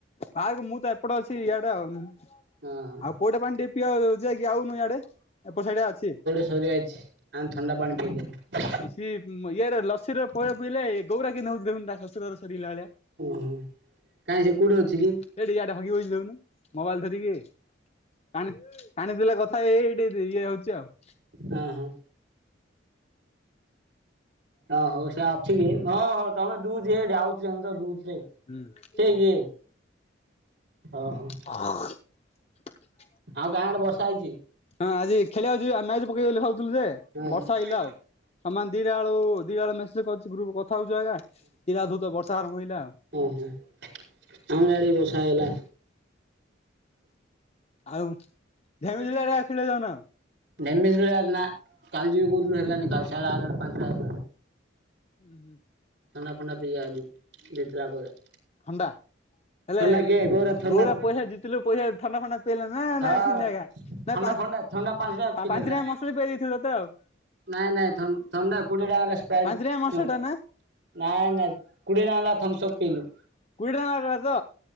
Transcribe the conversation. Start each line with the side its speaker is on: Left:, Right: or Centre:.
Left: ବାାରକ ମୂତ ଏପଡ ଅଛି ଏଇଆଡେ ଆଉନ।
Right: ହଁ ହଁ।
Left: ଆଉ ପୋଉଟେ ପାଣି ଟିକେ ପିଅ ଯାଇକି ଆଉନୁ ଆଡେ ଏପଟ ସଡଆ ଅଛି।
Right: ରିଆାଇଛି ଆ ଥଣ୍ଡା ପାଣି ପିଇଦେନୁ।
Left: ସି ଇଏରେ ଲସିୀର ପୋଳ ପିଇଲେ ଗଉରା କେ ନଉ ଦେି ତା ଶଶୁରର ସରିଲା ଭଳିଆ।
Right: ଓହୋ କାହିଁ ସେ କୋଉଠି ଅଛି କି।
Left: ଏଇଠି ା ଟା ଭାି ବ ଦଉନୁ ମୋବାଇଲ ଧରିକି। ାଣି କାଣିଥିଲେ କଥା ଏଇ ଏଇଠି ଇଏ ହଉଛି ଆଉ।
Right: ହଁ ହଁ। ହଁ ହଉ ସେ ଅଛିଯେ ହଁ ହଉ ତମେ ଦୁଯେ ଯାଉଚନ୍ତିଯେ ଦୁଚୁଯେ
Left: ହୁଁ।
Right: ସେ କିଏ ଅଁ ହୋ।
Left: <unintelligible>
Right: ଆଉ ଗାଁ ଗଡ଼େ ବର୍ଷା ହେଇଚି?
Left: ହଁ ଆଜି ଖେଳିବାକୁ ଯିବା ମ୍ୟାଚ୍ ପକେଇବୋଲି ଭାବଥିଲୁଯେ
Right: ଓହୋ ଆମର
Left: ବର୍ଷା ଆଇଲା
Right: ଇଆଡେ ବି
Left: ଆଉ ସମାନ ଦିଟା ବେଳୁ ଦିଟା ବେଳୁ ମେ ଯେକରିଚି ଗ୍ରପ୍ କଥା ହଉଚି ଆଗା <unintelligible> ବର୍ଷା ଆରଭ ହେଲା ଆଉ।
Right: ଓହୋ ଆମର ଆଡ଼େବି ବର୍ଷା ହେଇଗଲା।
Left: ଆଉ ଝାମିଝୁଲାରେ
Right: <unintelligible>
Left: ଖେଳିବାକୁ ଯାଉନ?
Right: ନେମେଜ୍ ଭଳିଆ ନା କାଲି ଯିବି କୋଉଥୁନୁ ହେଲାନି କାଲି ଶଳା ଆଇଲାକୁ ପାଞ୍ଚଟା ହେଇଗଲା।
Left: ଉୁଁ ହୁଁ।
Right: ଥାଣ୍ଡା ଥାଣ୍ଡା ପିଆ ଆଲୁ ଜିତଲା ପରେ।
Left: ଥଣ୍ଡା ହେଲେ
Right: ଥଣ୍ଡା କିଏ ଗୋରା ଥଣ୍ଡା
Left: ଗୌରା ପଇସା ଜିତିଲୁ ପଇସା ଥଣ୍ଡା ଫଣ୍ଡା ପିଇଲା ନା
Right: ହଁ
Left: ନାଇଁ ସିନ୍ଧା ଆଜ୍ଞା
Right: ଥଣ୍ଡା
Left: ନାଁଇ ପା
Right: ଫଣ୍ଡା ଥଣ୍ଡା ପାଞ୍ଚଟା ପିଲେଇଲା
Left: ପାଞ୍ଚାଟା ମସୁର ପିଇଦେଇଥିଲେତ ଆଉ
Right: ନାଇଁ ନାଇଁ ଥଣ୍ଡା ଥଣ୍ଡା କୋଡ଼ିଏ ଟଡାଙ୍କର ସ୍ପାଇଡ଼
Left: ପାଞ୍ଚ ଟଙ୍କା ମସୁରି
Right: କିଣିଲା।
Left: ଟା ନା
Right: ନାଇଁ ନାଇଁ କୁଡ଼ିଏ ଟଙ୍କାରେ ଥମ୍ସଅପ୍ ପିିଇଲୁ।
Left: କୋଡ଼ିଏ ଟଙ୍କାତ